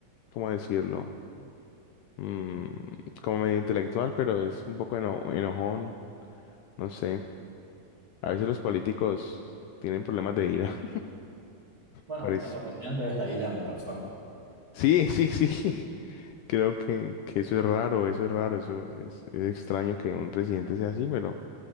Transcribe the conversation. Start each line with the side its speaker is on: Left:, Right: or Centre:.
Left: ¿cómo decirlo? Mm, como medio intelectual, pero es un poco eno- enojón, no sé. A veces los políticos tienen problemas de ira.
Right: Bueno,
Left: Parece.
Right: nuestro presidente es la ira en persona.
Left: Sí, sí, sí. <laughs> Creo que, que eso es raro, eso es raro, eso es, es extraño que un presidente sea así, pero,